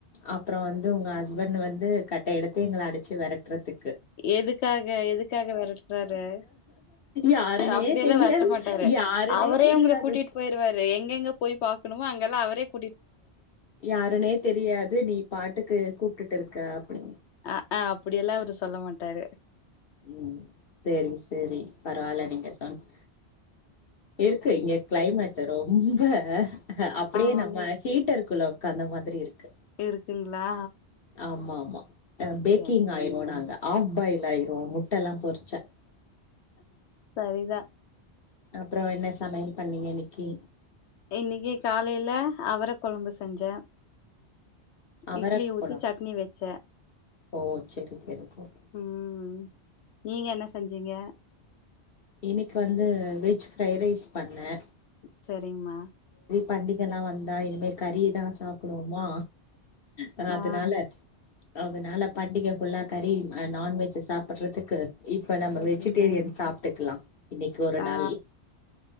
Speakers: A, on the left; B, on the left.
A: அப்புறம் வந்து உங்க ஹஸ்பண்ட் வந்து கட்ட எடுத்து எங்கள அடிச்சு விரட்டுறதுக்கு
B: எதுக்காக எதுக்காக விரட்டுறாரு
A: யாருனே
B: அப்டியெல்லாம்
A: தெரியாது
B: விரட்ட மாட்டாரு
A: யாருனே
B: அவரே
A: தெரியாது
B: உங்கள கூட்டிட்டு போயிருவாரு எங்கெங்க போய் பா <inaudible> அங்கல்லாம் அவரே கூட்
A: யாருனே தெரியாது நீ பாட்டுக்கு கூப் விட்டுட்டு இருக்கா அப்டினு
B: அ அப்டியெல்லாம் அவரு சொல்ல மாட்டாரு
A: உம் சரி சரி பரவலா நீங்க சொன்ன இருக்கு இங்க கிளைமேட் ரொம்ப ஹ அப்டியே
B: ஆமாமா
A: நம்ம ஹீட்டருக்குள்ள அந்த மாரி இருக்கு
B: இருக்குங்களா
A: ஆமா ஆமா அ பேக்கிங்
B: சரி சரிமா
A: ஆயிரோம் நாங்க ஹாஃப் பாயில் லைறோம் <inaudible> முட்ட எல்லாம் பொரிச்ச
B: சரிதா
A: அப்புறம் என்ன சமையல் பண்ணீங்க இன்னிக்கி
B: இன்னைக்கு காலையில அவர கொழம்பு செஞ்சே
A: அவரக்
B: இட்லி ஊத்தி
A: குளம்
B: சட்னி வச்சே
A: ஓ செரி செரி செரி
B: உஹம் நீங்க என்ன செஞ்ச ஜிங்க
A: இன்னைக்கு வந்து வெஜ் ஃப்ஐ ரைஸ் பண்னே
B: செர் சரிங்மா
A: பண்டிகளா வந்தா இனிமே கறிதான் சாப்புடுவோமா ஹ அதனால
B: ஆ
A: அதனால பண்டிகை ஃபுல்லா கறி் நான்வெஜ் சாப்பிடுறதுக்கு இப்ப நம்ம
B: சரிங்க
A: வெஜிடேரியன் சாப்புட்டுக்கலாம் இன்னைக்கு ஒருநாள்
B: ஆ